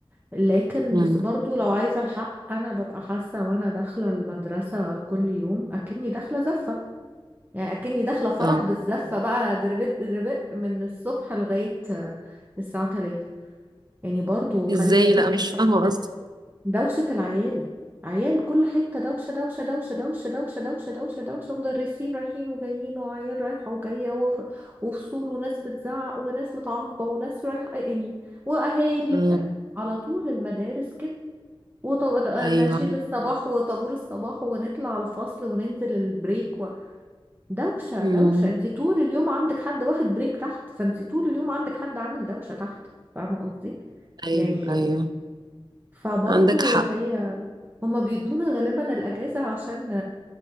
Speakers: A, on the right; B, on the right.
A: لكن
B: مم.
A: بس برضو لو عايزة الحق أنا ببقى حاسة وأنا داخلة المدرسة كل يوم أكني داخلة زفة يعني اكني داخله فرح
B: اه
A: بالزفه بقى دربت دربت من الصبح لغايه آه، الساعه 3 يعني برضو خلي
B: ازاي
A: بالك
B: لا مش
A: الست
B: فاهمة قصدي
A: دوشه العيال عيال كل حته دوشه دوشه دوشه دوشه دوشه دوشه دوشه دوشه مدرسين رايحين وجايين وعيال رايحه وجايه وف- وفصول وناس بتزعق وناس متعاقبه وناس رايحه يعني واهالي
B: آه،
A: وبتاع على طول المدارس كده ونشيد
B: ايوه
A: الصباح وطابور الصباح ونطلع الفصل وننزل البريك دوشة
B: مم.
A: دوشة انت طول اليوم عندك حد واخد بريك تحت فانت طول اليوم عندك حد عامل دوشة تحت فاهمة قصدي
B: ايوه
A: يعني
B: ايوه
A: فبرضو
B: عندك حق
A: هي هما بيدونا غالبا الأجازة عشان